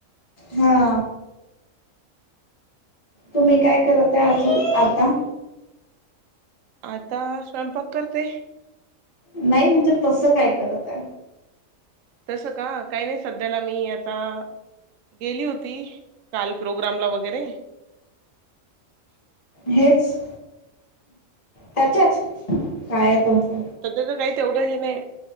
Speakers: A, on the left (about 30°); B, on the right (about 75°).
A: हा. तुम्ही काय करत आहे अजून आता?
B: आता स्वयंपाक करते.
A: नाही म्हणजे तसं काय करता?
B: तसं का? काही नाही सध्याला मी आता गेली होती. काल प्रोग्रामला वगैरे.
A: हेच. त्याच्याच काय येतात.
B: सध्या तर काही तेवढं हे नाही.